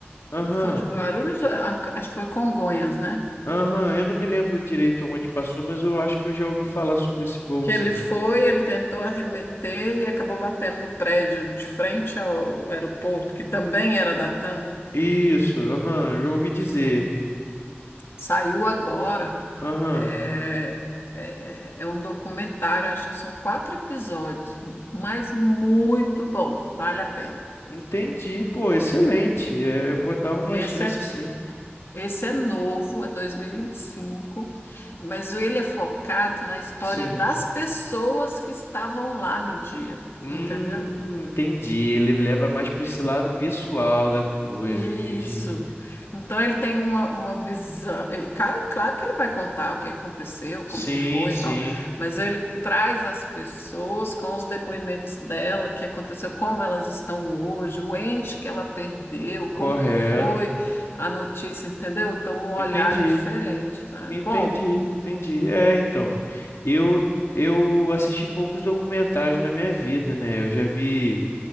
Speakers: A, on the left (about 85°); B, on the left (about 65°).
A: Aham,
B: Não foi de Guarulhos, é, a- acho que foi Congonhas, né?
A: aham. Eu não me lembro direito onde passou, mas eu acho que eu já ouvi falar sobre esse voo,
B: Que
A: sim.
B: ele foi, ele tentou arremeter e acabou batendo no prédio de frente ao aeroporto, que também era da TAM.
A: Isso, aham, eu ouvi dizer.
B: É. Saiu agora.
A: Aham,
B: É, é, é é um documentário, acho que são quatro episódios, mas muito bom, vale a pena.
A: entendi, pô, excelente. É, eu vou dar uma
B: E esse
A: chance,
B: é,
A: sim.
B: esse é novo, é dois mil e e vinte e cinco mas ele é focado na história
A: Sim.
B: das pessoas que estavam lá no dia,
A: Hum,
B: entendeu?
A: entendi. Ele leva mais para esse lado pessoal da coisa,
B: Isso.
A: entendi.
B: Então ele tem uma, uma visão. Ele, ca- claro que ele vai contar o que aconteceu, como
A: Sim,
B: que foi
A: sim,
B: e tal, mas ele traz as pessoas com os depoimentos dela, o que aconteceu, como elas estão hoje, o ente que ela perdeu, como
A: correto.
B: que foi a notícia, entendeu? Então o olhar
A: Entendi,
B: é diferente, né?
A: entendi,
B: Bom,
A: entendi. É, então, eu eu assisti poucos documentários na minha vida, né? Eu já vi.